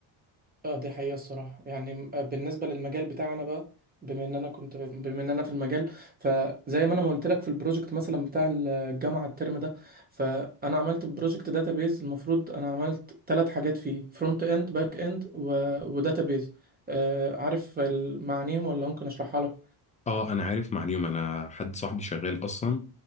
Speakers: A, on the right; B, on the left.
A: اه دي حقيقه الصراحه يعني م- آه، بالنسبه للمجال بتاعنا بقى بما ان انا كنت بما ان انا في المجال فزي ما انا ما قلت لك في البروجكت مثلا بتاع الجامعه الترم ده فانا عملت بروجكت داتابيز المفروض انا عملت ثلاث حاجات فيه فرونت اند باك اند وداتابيز آه عارف ال- معانيهم ولا ممكن اشرحها لك
B: اه انا عارف معلومة انا حد صاحبي شغال اصلا